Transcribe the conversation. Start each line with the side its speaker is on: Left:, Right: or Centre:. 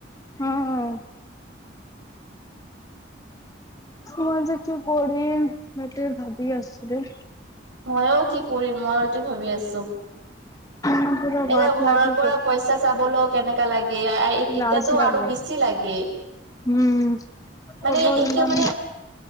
Left: অ অ মই যেতিয়া কৰি মই তে ভাবি আছো
Right: মই কি কৰিম মই এইটো ভাবি আছো
Left: মোৰ পুৰা
Right: এতিয়া
Left: বাট
Right: ঘৰৰ
Left: লাগি
Right: পৰা
Left: গ'ল,
Right: পইচা চাবলৈও কেনেকা লাগে এতিয়াতো
Left: লাজ লাগে।
Right: আৰু বেছি লাগে
Left: উম
Right: মানে
Left: কব
Right: এতিয়া
Left: ইমান
Right: মানে